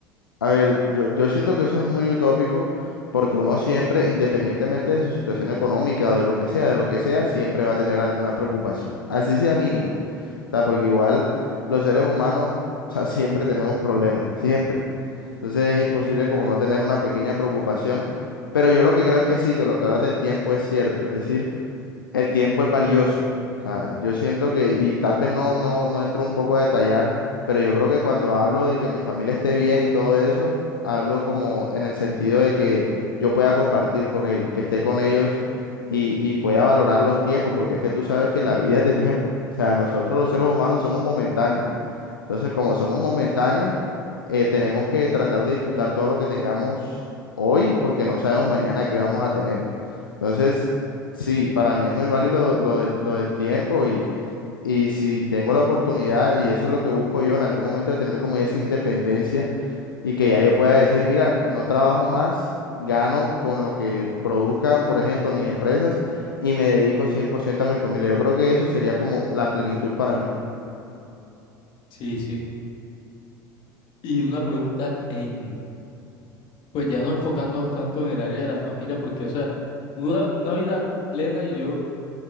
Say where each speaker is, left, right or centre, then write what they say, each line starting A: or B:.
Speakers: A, on the left; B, on the left.
A: a ver, yo, yo siento que eso es muy utópico porque uno siempre, independientemente de su situación económica o de lo que sea, de lo que sea, siempre va a tener alguna preocupación, así sea mínima. O sea, porque igual los seres humanos, o sea, siempre tenemos problemas, siempre. Entonces es imposible como no tener una pequeña preocupación, pero yo lo que creo es que sí, que lo que hablas del tiempo es cierto. Es decir, el tiempo es valioso. O sea, yo siento que, y tal vez no, no, no entro un poco a detallar, pero yo creo que cuando hablo de que mi familia esté bien y todo eso, hablo como en el sentido de que yo pueda compartir con ellos, que esté con ellos y, y pueda valorar los tiempos, porque es que tú sabes que la vida es de tiempo. O sea, nosotros los seres humanos somos momentáneos. Entonces, como somos momentáneos, eh, tenemos que tratar de disfrutar todo lo que tengamos hoy, porque no sabemos mañana qué vamos a tener. Entonces, sí, para mí es muy válido lo, del, lo del tiempo y, y si tengo la oportunidad, y eso es lo que busco yo en algún momento de tener como esa independencia y que ya yo pueda decir, mira, no trabajo más, gano con lo que produzcan, por ejemplo, mis empresas y me dedico 100% a mi familia. Yo creo que eso sería como la plenitud para mí.
B: Sí, sí. Y una pregunta en, pues ya no enfocándonos tanto en el área de la familia, porque, o sea, una, una vida plena, yo